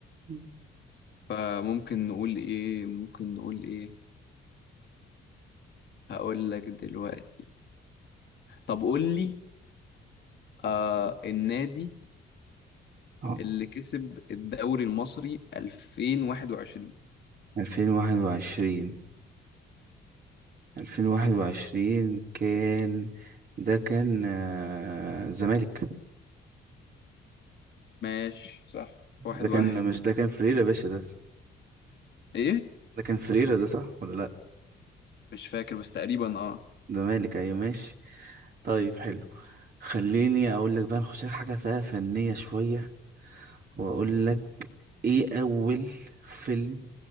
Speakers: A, on the right; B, on the left.
A: مم.
B: فممكن نقول ايه ممكن نقول ايه هقول لك دلوقتي طب قول لي آه النادي
A: اه
B: اللي كسب الدوري المصري 2021
A: 2021 2021 كان ده كان آه، زمالك
B: ماشي صح واحد
A: ده كان
B: واحد
A: مش ده كان فريرة يا باشا ده
B: ايه
A: ده كان فريرة ده صح ولا لا
B: مش فاكر بس تقريبا اه
A: زمالك ايوه ماشي طيب حلو خليني اقول لك بقى نخش لك حاجه فيها فنيه شويه واقول لك ايه اول فيلم